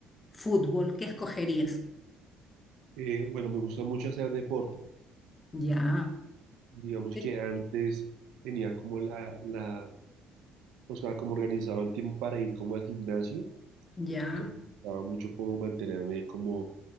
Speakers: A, on the left; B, on the right.
A: fútbol, ¿qué escogerías?
B: Eh, bueno, me gusta mucho hacer deporte.
A: Ya,
B: Digamos
A: ¿Qué,
B: que antes tenía como la, la, o sea, como organizado el tiempo para ir como al gimnasio
A: ya.
B: Entonces me gustaba mucho como mantenerme como